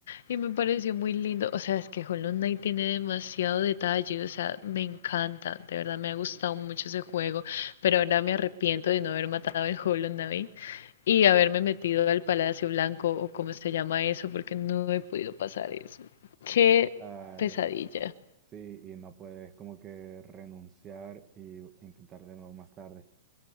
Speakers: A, on the left; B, on the right.
A: Y me pareció muy lindo. O sea, es que Hollow Knight tiene demasiado detalle. O sea, me encanta. De verdad me ha gustado mucho ese juego. Pero ahora me arrepiento de no haber matado el Hollow Knight y haberme metido al Palacio Blanco o como se llama eso, porque no he podido pasar eso. Qué
B: ah
A: pesadilla.
B: Sí, y no puedes como que renunciar y intentar de nuevo más tarde.